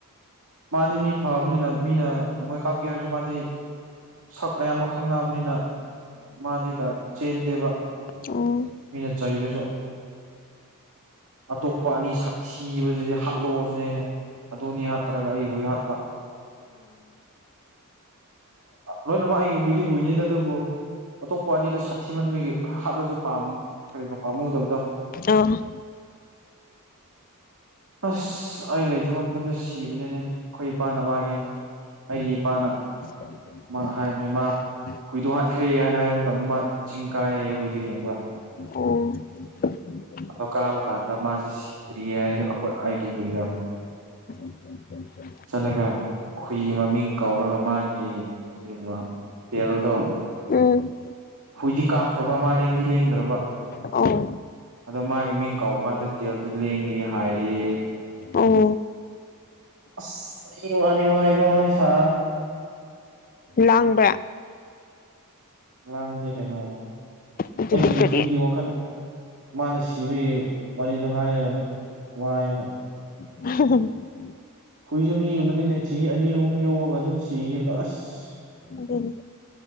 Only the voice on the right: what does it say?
ꯃꯥꯗꯤ ꯃꯤ ꯐꯕꯅꯤꯅ ꯃꯤꯅ ꯅꯣꯡꯃꯩ ꯀꯥꯞꯀꯦ ꯍꯥꯏꯔꯁꯨ ꯃꯥꯗꯤ ꯁꯛ ꯑꯌꯥꯝꯕ ꯈꯪꯅꯕꯅꯤꯅ ꯃꯥꯗꯤ ꯀꯩꯅꯣ ꯆꯦꯟꯗꯦꯕ
ꯃꯤꯅ ꯆꯩꯔꯁꯨ ꯑꯇꯣꯞꯄ ꯑꯅꯤ ꯁꯥꯊꯤꯕꯁꯤꯗꯤ ꯍꯥꯠꯂꯣ ꯁꯤꯅꯦ ꯑꯩꯅ ꯑꯗꯨꯅꯤ ꯍꯥꯠꯇ꯭ꯔꯒ ꯑꯩ ꯍꯨꯏ ꯍꯥꯠꯄ ꯂꯣꯏꯅꯃꯛ ꯑꯩꯒꯤ ꯍꯨꯏꯗꯤ ꯍꯨꯏꯅꯤꯗ ꯑꯗꯨꯕꯨ ꯑꯇꯣꯞꯄ ꯑꯅꯤꯗ ꯁꯥꯊꯤ ꯃꯟꯕꯒꯤ ꯍꯥꯠꯂꯁꯨꯥꯝ ꯀꯔꯤ ꯄꯥꯝꯃꯨꯗꯕꯗꯣ
ꯑꯁ ꯑꯩ ꯂꯩꯇꯕ ꯃꯇꯝꯗ ꯁꯤꯕꯅꯤꯅꯦ ꯑꯩꯈꯣꯏ ꯏꯄꯥꯅ ꯃꯥꯒꯤꯦ ꯑꯩꯒꯤ ꯏꯄꯥꯅ
ꯃꯥ ꯍꯥꯏꯕꯅꯦ ꯃꯥ ꯍꯨꯏꯗꯣ ꯍꯥꯠꯈ꯭ꯔꯦ ꯍꯥꯏꯅ ꯍꯥꯏꯕ ꯃꯇꯝꯗ ꯃꯥ ꯆꯤꯡ ꯀꯥꯏꯌꯦ ꯍꯨꯏꯗꯣ ꯌꯦꯡꯉꯕ
ꯑꯗꯣ ꯀꯥꯕ ꯀꯥꯟꯗ ꯃꯥꯁꯦ ꯁꯤꯗ꯭ꯔꯤꯌꯦ ꯍꯥꯏꯌꯦ ꯑꯩꯒꯤ ꯍꯨꯏꯗꯣ
ꯆꯠꯂꯒ ꯍꯨꯏ ꯃꯃꯤꯡ ꯀꯧꯔꯒ ꯃꯥꯒꯤ ꯀꯔꯤꯕ ꯇꯦꯜꯗꯣ
ꯍꯨꯏꯗꯤ ꯀꯥꯞꯈ꯭ꯔꯕ ꯃꯥꯂꯦꯡꯗꯤ ꯂꯦꯡꯗ꯭ꯔꯕ
ꯑꯗꯣ ꯃꯥꯒꯤ ꯃꯤꯡ ꯀꯧꯕ ꯀꯥꯟꯗ ꯇꯦꯜꯗꯣ ꯂꯦꯡꯂꯦ ꯍꯥꯏꯔꯤ
ꯑꯁ ꯑꯩ ꯋꯥꯅꯤ ꯋꯥꯏꯀꯣ ꯋꯥꯔꯤ ꯁꯥ
ꯂꯥꯡꯗꯦ ꯀꯩꯅꯣ
ꯑꯩꯒꯤ
ꯍꯨꯏꯒꯤ ꯋꯥꯈꯜ ꯃꯥꯅ ꯁꯤꯕꯒꯤ ꯋꯥꯔꯤꯗꯣ ꯍꯥꯏꯔꯒ ꯑꯗꯨꯝ ꯋꯥꯏꯕ
ꯍꯨꯏꯁꯨ ꯃꯤꯒꯨꯝꯕꯅꯤꯅꯦ ꯆꯍꯤ ꯑꯅꯤ ꯑꯍꯨꯝ ꯌꯣꯛꯑꯒ ꯑꯗꯨꯝ ꯁꯤꯒꯤꯕꯗꯣ ꯑꯁ